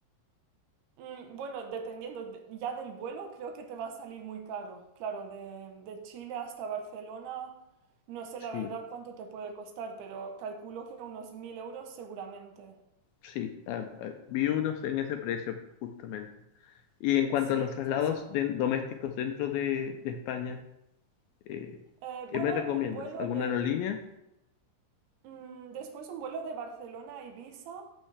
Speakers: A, on the right (about 80°); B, on the left (about 80°).
A: Mm, Bueno, dependiendo de- ya del vuelo, creo que te va a salir muy caro. Claro, de, de Chile hasta Barcelona, no sé
B: Sí,
A: la verdad cuánto te puede costar, pero calculo que unos mil euros seguramente.
B: sí. ah, ah, vi unos en ese precio, justamente. Y en cuanto
A: Sí,
B: a los traslados
A: sí. sí.
B: de- domésticos dentro de, de España, eh,
A: Eh,
B: ¿qué
A: bueno,
B: me recomiendas?
A: un vuelo
B: ¿Alguna
A: de...
B: aerolínea?
A: mm, después un vuelo de Barcelona a Ibiza,